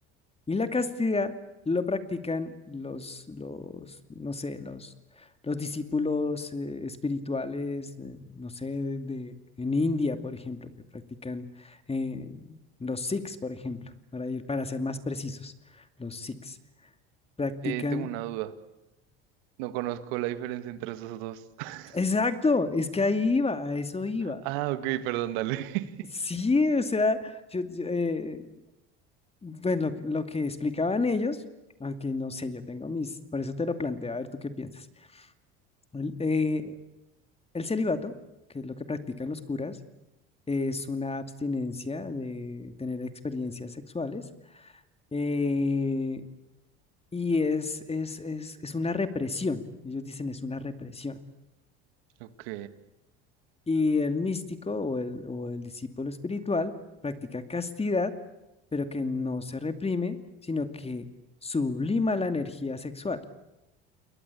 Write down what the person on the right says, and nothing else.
Eh, tengo una duda. No conozco la diferencia entre esos dos. <laughs>
Ah, ok, perdón, dale. <laughs>
Ok,